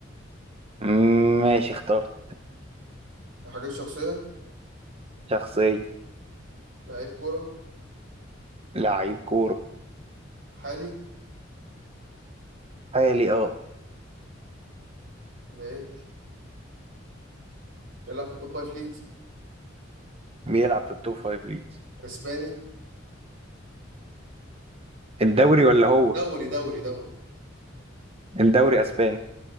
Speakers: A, on the right (about 30°); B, on the right (about 85°).
A: مم، ماشي اخترت
B: حاجة شخصية
A: شخصية
B: لعيب كورة
A: لعيب كورة
B: حالي
A: حالي اه
B: ليل بيلعب في التوب فايف ليجز
A: بيلعب في التوب فايف ليجز
B: اسباني
A: الدوري ولا هو
B: دوري دوري دوري
A: الدوري اسباني